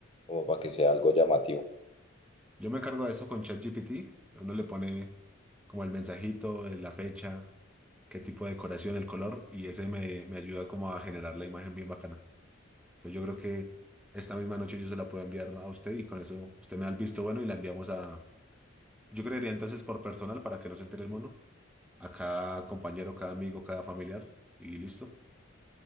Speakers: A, on the left; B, in the centre.
A: como para que sea algo llamativo.
B: Yo me encargo de eso con ChatGPT. Uno le pone como el mensajito, eh, la fecha, qué tipo de decoración, el color, y ese me, me ayuda como a generar la imagen bien bacana. Entonces yo creo que esta misma noche yo se la puedo enviar a usted y con eso usted me da el visto bueno y la enviamos a Yo creería entonces por personal para que no se entere el mono. A cada compañero, cada amigo, cada familiar. Y listo.